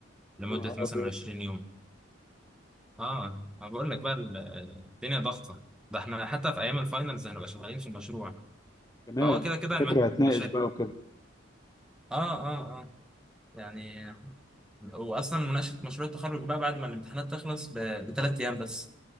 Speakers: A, in the centre; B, on the left.
A: لمده
B: يا نهار
A: مثلا
B: ابيض
A: 20 يوم اه انا بقول لك بقى ال- الدنيا ضغطه ده احنا حتى في ايام الفاينلز هنبقى شغالين في المشروع
B: كمان
A: فهو كده كده
B: الدكاتره
A: الم-
B: هتناقش
A: المشاريع
B: بقى وكده
A: اه اه اه يعني واصلا مناقشه مشروع التخرج بقى بعد ما الامتحانات تخلص ب... بثلاث ايام بس